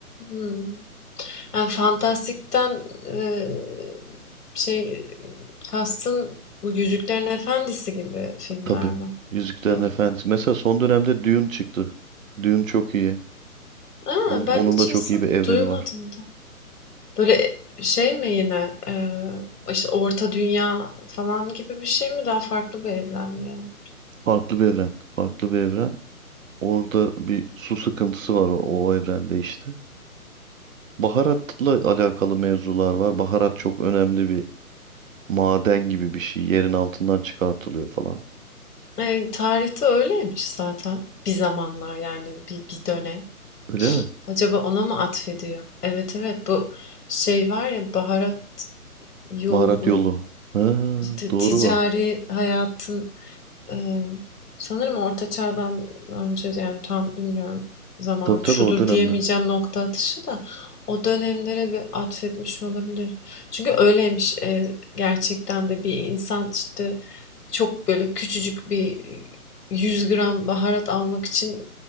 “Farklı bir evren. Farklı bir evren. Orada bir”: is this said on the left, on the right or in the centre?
Right